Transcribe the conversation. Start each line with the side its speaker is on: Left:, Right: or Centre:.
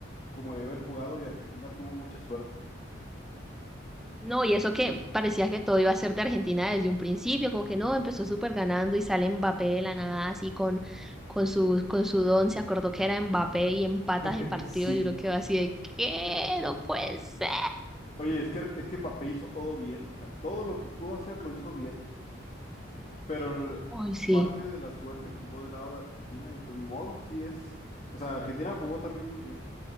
Left: como debe haber jugado y Argentina tuvo mucha suerte.
Centre: No, y eso que
Left: Pero sí,
Centre: parecía que todo iba a ser de Argentina desde un principio, como que no, empezó súper ganando y sale Mbappé de la nada, así con, con su, con su don, se acordó que era Mbappé y empatas
Left: <laughs>
Centre: de partido
Left: sí.
Centre: y uno quedó así de, ¿qué? No puede ser.
Left: Oye, es que, es que Mbappé hizo todo bien, o sea, todo lo que pudo hacer lo hizo bien. Pero
Centre: Uy, sí,
Left: parte de la suerte jugó del lado de Argentina y pues ni modo, así es. O sea, Argentina jugó también muy bien.